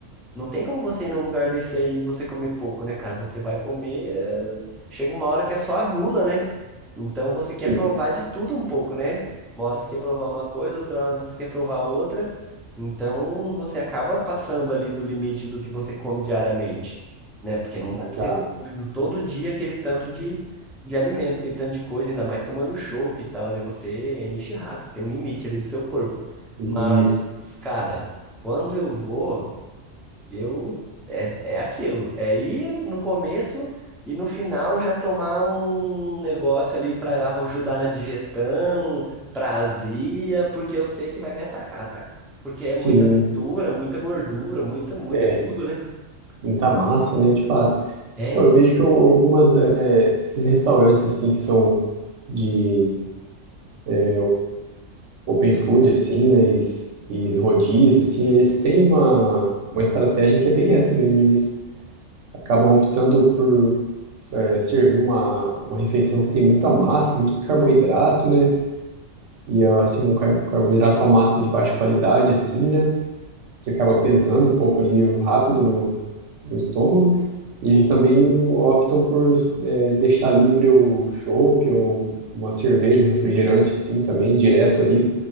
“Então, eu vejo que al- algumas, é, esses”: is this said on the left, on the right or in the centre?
Right